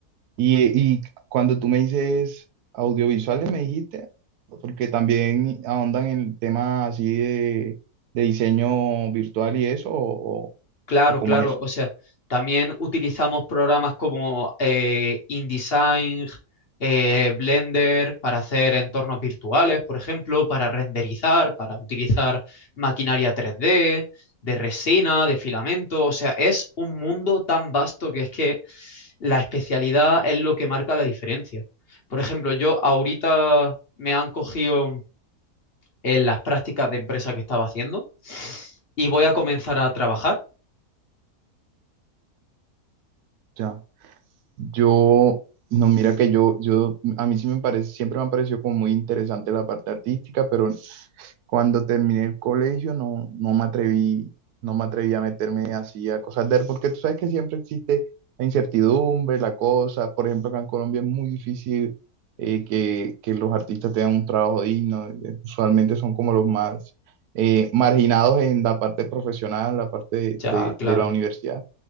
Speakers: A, on the right (about 80°); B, on the left (about 45°).
A: Y, y cuando tú me dices audiovisuales, me dijiste, porque también ahondan en el tema así de, de diseño virtual y eso, o, o-
B: Claro,
A: o cómo
B: claro.
A: es eso.
B: O sea, también utilizamos programas como eh, InDesign, eh, Blender para hacer entornos virtuales, por ejemplo, para renderizar, para utilizar maquinaria 3D, de resina, de filamento. O sea, es un mundo tan vasto que es que la especialidad es lo que marca la diferencia. Por ejemplo, yo ahorita me han cogido en las prácticas de empresa que estaba haciendo y voy a comenzar a trabajar.
A: Ya. Yo, no, mira que yo, yo, a mí sí me parece, siempre me ha parecido como muy interesante la parte artística, pero Cuando terminé el colegio no, no me atreví, no me atreví a meterme así a cosas de, porque tú sabes que siempre existe la incertidumbre, la cosa. Por ejemplo, acá en Colombia es muy difícil eh, que, que los artistas tengan un trabajo digno. eh, Usualmente son como los más eh, marginados en la parte profesional, la parte de,
B: Ya,
A: de-
B: claro.
A: de la universidad.